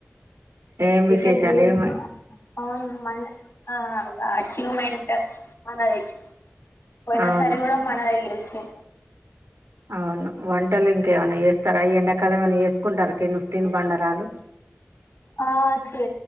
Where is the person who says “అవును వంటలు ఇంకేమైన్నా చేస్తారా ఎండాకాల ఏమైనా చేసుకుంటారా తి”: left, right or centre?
Right